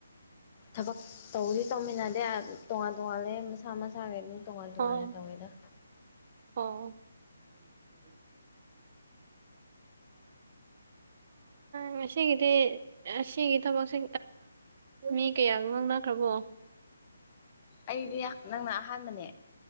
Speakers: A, on the left; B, on the right.
A: ꯊꯕꯛ ꯇꯧꯗꯤ ꯇꯧꯃꯤꯟꯅꯗꯦ ꯇꯣꯉꯥꯟ ꯇꯣꯉꯥꯟꯂꯦ ꯃꯁꯥ ꯃꯁꯥꯈ ꯑꯗꯨꯝ ꯇꯣꯉꯥꯟ ꯇꯣꯉꯥꯟꯅ
B: ꯑꯣ
A: ꯇꯧꯋꯦꯗ
B: ꯑꯣ ꯎ ꯎ ꯎꯝ ꯎꯝ ꯉꯒꯤꯗꯤ ꯁꯤꯒꯤ ꯊꯕꯛꯁꯦ ꯃꯤ ꯀꯌꯥꯒ ꯉꯥꯡꯅꯈ꯭ꯔꯕꯣ
A: ꯑꯩꯗꯤ ꯅꯪꯅ ꯑꯍꯥꯟꯕꯅꯦ